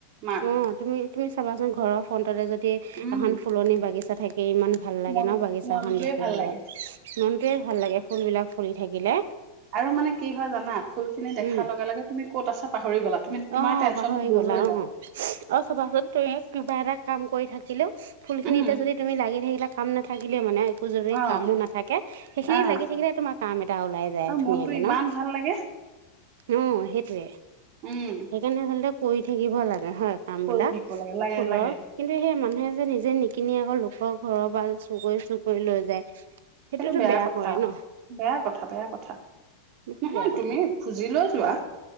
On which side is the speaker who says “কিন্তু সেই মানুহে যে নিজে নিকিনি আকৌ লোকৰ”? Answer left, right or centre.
Right